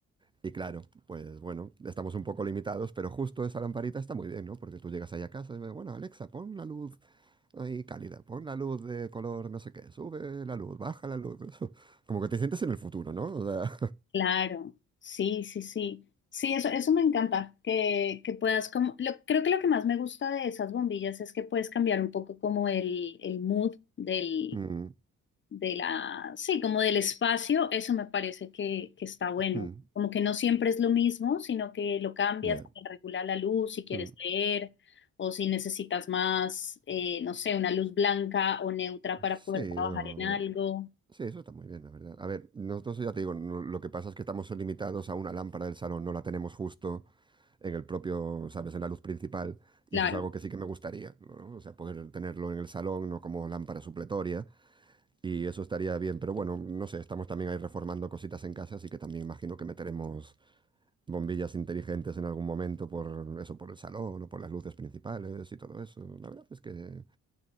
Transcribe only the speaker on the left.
Claro, sí, sí, sí. Sí, eso, eso me encanta, que, que puedas como, lo- creo que lo que más me gusta de esas bombillas es que puedes cambiar un poco como el, el mood del,
de la, sí, como del espacio, eso me parece que, que está bueno.
Como que no siempre es lo mismo, sino que lo cambias,
te regula la luz si quieres
leer o si necesitas más, eh, no sé, una luz blanca o neutra para
poder trabajar
en algo.
Claro.